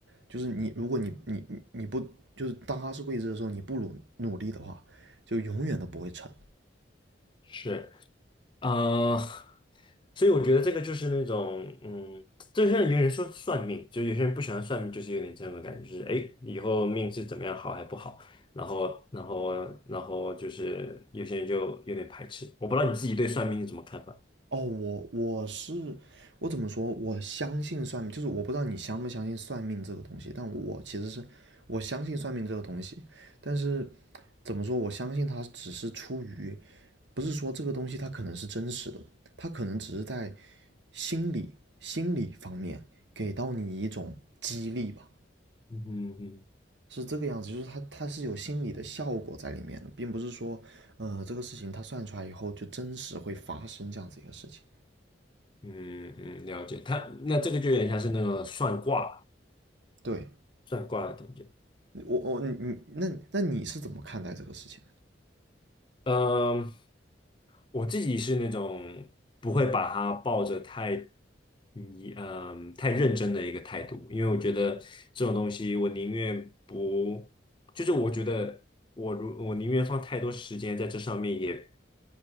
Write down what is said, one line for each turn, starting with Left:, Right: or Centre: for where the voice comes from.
Right: 就是你，如果你你你你不就是当它是未知的时候，你不努努力的话，就永远都不会成。
Left: 是。呃，所以我觉得这个就是那种，嗯，就像有人说算命，就有些人不喜欢算命，就是有点这样的感觉，就是哎，诶以后命是怎么样好还不好，然后，然后，然后就是有些人就有点排斥。我不知道你自己对算命是怎么看法？
Right: 哦，我我是我怎么说？我相信算命，就是我不知道你相不相信算命这个东西，但我其实是我相信算命这个东西，但是怎么说？我相信它只是出于，不是说这个东西它可能是真实的，它可能只是在心理心理方面给到你一种激励吧，
Left: 嗯哼嗯
Right: 是这个样子，就是它它是有心理的效果在里面的，并不是说，呃，这个事情它算出来以后就真实会发生这样子一个事情，
Left: 嗯嗯，了解。他那这个就有点像是那个算卦、
Right: 对。
Left: 算卦的感觉。
Right: 我我你你那那你是怎么看待这个事情
Left: 嗯，我自己是那种不会把它抱着太你嗯太认真的一个态度，因为我觉得这种东西，我宁愿不，就是我觉得我如我宁愿放太多时间在这上面也，